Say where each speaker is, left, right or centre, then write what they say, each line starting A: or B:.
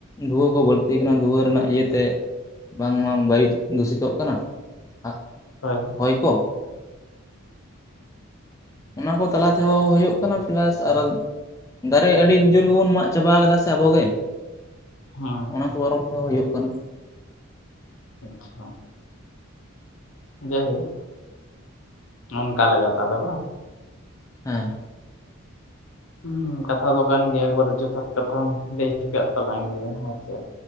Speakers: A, on the left; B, on the left.
A: ᱫᱷᱩᱣᱟᱹ ᱠᱚ ᱵᱟᱹᱲᱛᱤ ᱟᱠᱟᱱᱟ ᱫᱷᱩᱣᱟᱹ ᱨᱮᱱᱟᱜ ᱤᱭᱟᱹᱛᱮ, ᱵᱟᱝᱢᱟ ᱵᱟᱭᱩ ᱫᱩᱥᱤᱛᱚ ᱠᱟᱱᱟ ᱾ <unintelligible>
B: ᱦᱳᱭ᱾
A: ᱦᱳᱭ ᱠᱚ᱾ ᱚᱱᱟ ᱠᱚ ᱛᱟᱞᱟ ᱛᱮᱦᱚᱸ ᱦᱳᱭᱳᱜ ᱠᱟᱱᱟ ᱯᱞᱟᱥ ᱟᱨᱚ ᱦᱚᱸ ᱫᱟᱨᱮ ᱟᱹᱰᱤ ᱡᱳᱨ ᱜᱮᱵᱚᱱ ᱢᱟᱜ ᱪᱟᱵᱟ ᱠᱟᱫᱟ ᱥᱮ ᱟᱵᱚ ᱜᱮ᱾
B: ᱦᱮᱸ᱾
A: ᱚᱱᱟ ᱠᱚ ᱵᱟᱨᱚᱱ ᱛᱮᱦᱚᱸ ᱦᱩᱭᱩᱜ ᱠᱟᱱᱟ᱾
B: ᱟᱪᱪᱷᱟ᱾ ᱡᱟᱭ ᱦᱳᱠ᱾ ᱚᱱᱠᱟ ᱞᱮᱠᱟᱛᱮ ᱟᱞᱮ ᱫᱚ᱾
A: ᱦᱮᱸ᱾
B: ᱦᱩᱸ ᱠᱟᱛᱷᱟ ᱫᱚ ᱠᱟᱱ ᱜᱮᱭᱟ ᱮᱠᱚᱵᱟᱨᱮ ᱡᱚᱛᱷᱟᱛ ᱠᱟᱛᱷᱟᱢ ᱞᱟᱹᱭ ᱟᱠᱟᱫ ᱛᱟᱞᱟᱝ ᱜᱮᱭᱟ ᱦᱮᱸᱥᱮ᱾